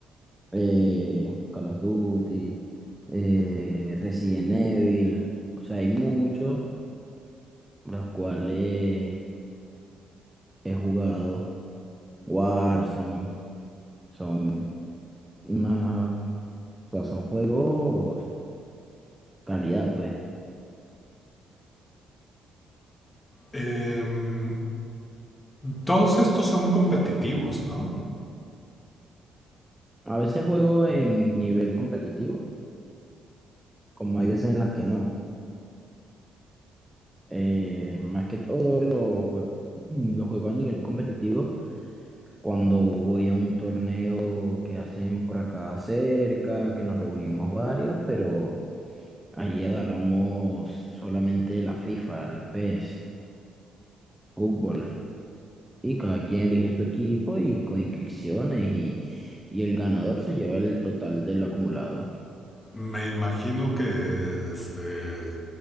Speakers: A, in the centre; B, on the left.
A: eh, Call of Duty, eh, Resident Evil, o sea, hay muchos los cuales he jugado, Warzone, son una, o sea, son juegos calidad, pues.
B: Em, todos estos son competitivos, ¿no?
A: A veces juego en nivel competitivo, como hay veces en las que no. Eh, más que todo lo, jue- lo juego a nivel competitivo cuando voy a un torneo que hacen por acá cerca, que nos reunimos varios, pero ahí agarramos solamente la FIFA, el PES, fútbol. Y cada quien elige su equipo y con inscripciones y, y el ganador se lleva el total del acumulado.
B: Me imagino que este,